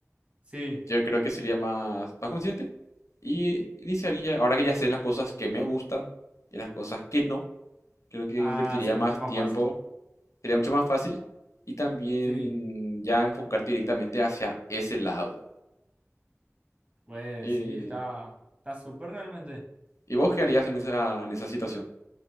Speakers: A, on the right; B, on the left.
A: Sí,
B: Yo creo que sería más, más consciente y iniciaría, ahora que ya sé las cosas que me gustan y las cosas que no, creo que
A: ah,
B: invertiría
A: sería
B: más
A: mucho más
B: tiempo,
A: fácil.
B: sería mucho más fácil y también
A: Sí,
B: ya enfocarte directamente hacia ese lado.
A: pues
B: Eh,
A: sí, está, está súper realmente.
B: ¿y vos qué harías en esa, en esa situación?